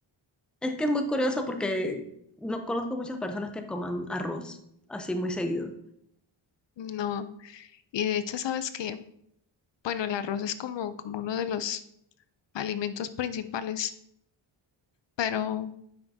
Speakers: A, in the centre; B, on the left.
A: Es que es muy curioso porque no conozco muchas personas que coman arroz así muy seguido. O
B: No. Y de hecho, sabes que, bueno, el arroz es como, como uno de los alimentos principales, pero